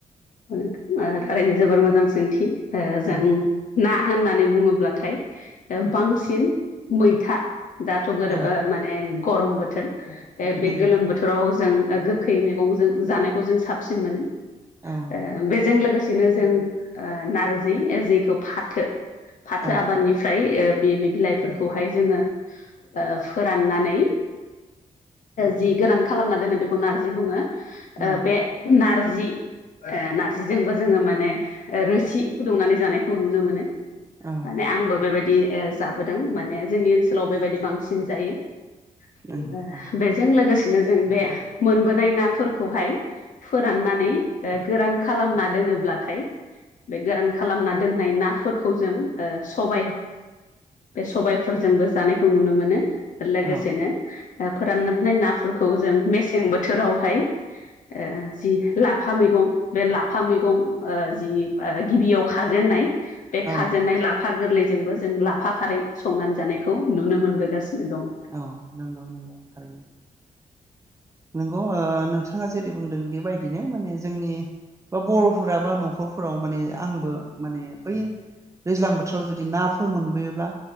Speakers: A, on the left; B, on the right.
A: ओ थारैनो जोबोर मोजां सोंथि ओ जों
B: औ
A: ना होननानै बुङोब्लाथाय ओ बांसिन मैथा दाथ' गोर
B: औ
A: ओ माने गरम बोथोर बे
B: नंगौ
A: गोलोम बोथोर बोथोराव जों ओ गोखै मेगंजों जानायखौ जों साबसिन मोनो।
B: औ।
A: ओ बेजों लोगोसेनो जों ओ नारजै जेखौ फाथो फाथो
B: औ
A: आबादनिफ्राय ओ बे बि-बिलाइफोरखौहाय जोङो ओ फोराननानै जि गोरान खालामना दोनो बेखौ नारजि बुङो
B: नंगौ
A: बे नारजि ओ नारजिजोंबो जोङो माने रोसि फुदुंनानै जानायखौ नुनो मोनो।
B: औ
A: माने आंबो बेबायदि ओ जाबोदों माने जोंनि ओनसोलाव बेबायदि बांसिन जायो।
B: नंगौ औ
A: बे जों लोगोसेनो जों बे मोनबोनाय नाफोरखौहाय फोराननानै ओ गोरान खालामना दोनोब्लाथाय बे गोरान खालामना दोननाय नाफोरखौ जों ओ सबाय बे सबायफोरजोंबो जानायखौ नुनो मोनो। लोगोसेनो
B: औ
A: ओ फोरानना दोननाय नाफोरखौ जों मेसें बोथोरावहाय ओ जि ला लाफा मैगं बे लाफा मैगं ओ जि ओ गिबियाव खाजेननाय बे खाजेननाय
B: औ
A: लाफा गोरलैजोंबो जों लाफा खारै संनानै जानायखौ नुनो मोनबोगासिनो दं।
B: औ नंगौ नंगौ थारैनो। नंगौ ओ नोंथाङा जेरै बुंदों बेबायदिनो माने जोंनि बा बर'फोरा बा न'खरफोराव माने आंबो माने बै दैज्लां बोथोराव जुदि नाफोर मोनबोयोब्ला